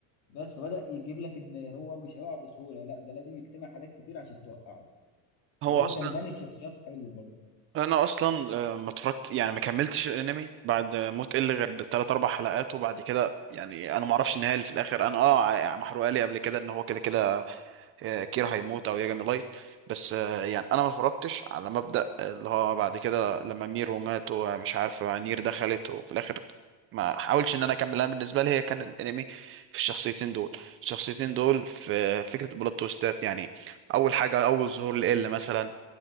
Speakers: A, on the left (about 45°); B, on the right (about 35°).
A: بس فبدأ يجيب لك ان هو مش هيقع بسهولة لا ده لازم يجتمع حاجات كتير عشان توقعه
B: هو
A: فهو
B: اصلا
A: كان باني الشخصيات حلو برضه
B: انا اصلا آه، ما اتفرجت يعني ما كملتش الانمي بعد موت ال غير بالثلاث اربع حلقات وبعد كده يعني انا ما اعرفش النهايه اللي في الاخر انا اه ع- محروقه لي قبل كده ان هو كده كده آه، كير هيموت او ياجامي لايت بس آه، يعني انا ما اتفرجتش على مبدأ اللي هو بعد كده لما ميرو مات ومش عارف نير دخلت وفي الاخر ما حاولش ان انا اكمل انا بالنسبه لي هي كان الانمي في الشخصيتين دول الشخصيتين دول في فكره البلوت تويستات يعني اول حاجه اول ظهور لإل مثلا